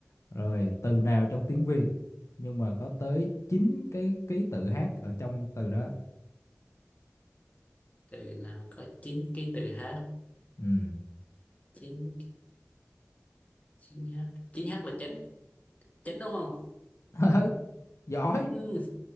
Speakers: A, on the left; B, on the left.
A: rồi từ nào trong tiếng Việt nhưng mà có tới 9 cái ký tự hát ở trong từ đó
B: từ nào có chín cái từ h
A: ừ.
B: chín chín h chín h là chánh chánh đúng không
A: <laughs> giỏi
B: ừ.